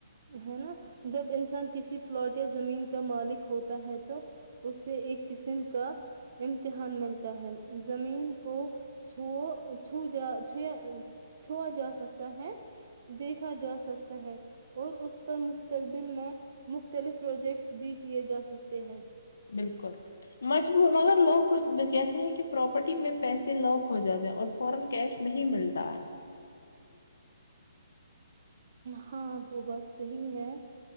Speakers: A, on the right; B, on the left.
A: ہے نا جب انسان کسی پلاٹ یا زمین کا مالک ہوتا ہے تو اس سے ایک قسم کا امتحان ملتا ہے زمین کو چھو چھو جا چھویا چھوا جا سکتا ہے دیکھا جا سکتا ہے اور اس پر مستقبل میں مختلف پروجیکٹس بھی کیے جا سکتے ہیں
B: بالکل مجبور مگر لوگ کچ کہتے ہیں کہ پراپرٹی میں پیسے لک ہو جاتے ہیں اور فورن کیش نہیں ملتا ہے
A: ہاں وہ بات صحی ہے